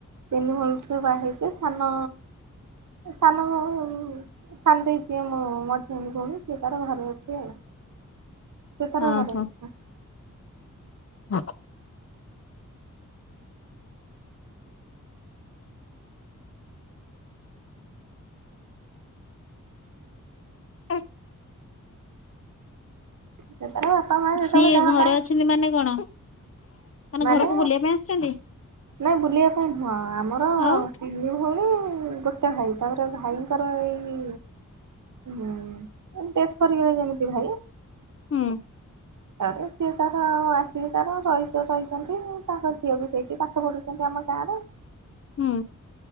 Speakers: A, on the right; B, on the left.
A: ତିନି ଭଉଣୀ ସବୁ ବାହା ହେଇଛୁ। ସାନ ସାନ ଭଉ, ସାନ୍ ଦେଇ ଯିଏ ମୋ ମଝିିଆଣି ଭଉଣୀ। ସେ ତାର ଘରେ ଅଛି ଆଉ। ସେ ତାର
B: ଅଁ
A: ଘରେ ଅଛି
B: ହଁ। ଅ।
A: ସେ ତାର ବାପା ମା ଯେତେବେଳେ
B: ସିଏ
A: ଦେହ
B: ଘରେ
A: ପା
B: ଅଛନ୍ତି ମାନେ କଣ?
A: ମାନେ
B: ଘରକୁ ବୁଲିବା ପାଇଁ ଆସିଛନ୍ତି
A: ନାଇଁ ବୁଲିବା ପାଇଁ ନୁହଁ। ଆମର
B: ଆଉ
A: ତିନି ଭଉଣୀ ଗୋଟେ ଭାଇ। ତା ପରେ ଭାଇଙ୍କର ଏଇ ହୁଁ। ଡେଥ୍ କରି ଯାଇଚନ୍ତି ଭାଇ।
B: ହୁଁ
A: ତା ରେ ସିଏ ତାର ଆସିକି ତାର ରହିଚି। ରହିଚନ୍ତି। ତାଙ୍କ ଝିଅ ବି ସେଇଠି ପାଠ ପଢୁଚନ୍ତି ଆମ ଗାଁରେ।
B: ହୁଁ।